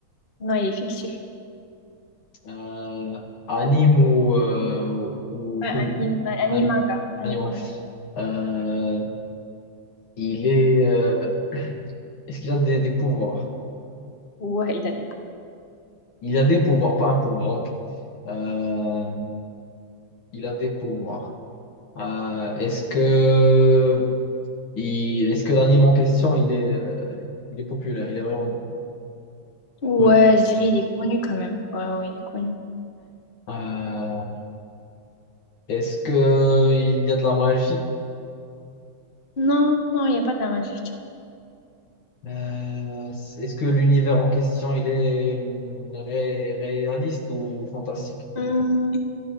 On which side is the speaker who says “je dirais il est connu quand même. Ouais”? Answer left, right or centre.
Left